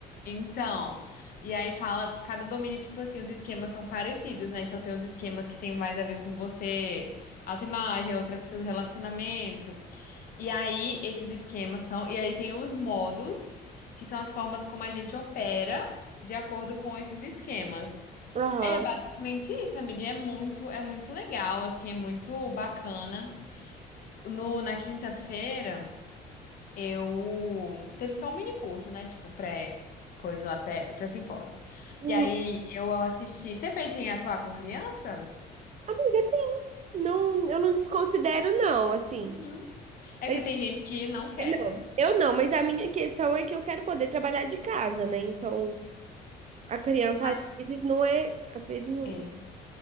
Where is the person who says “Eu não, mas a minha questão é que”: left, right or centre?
Right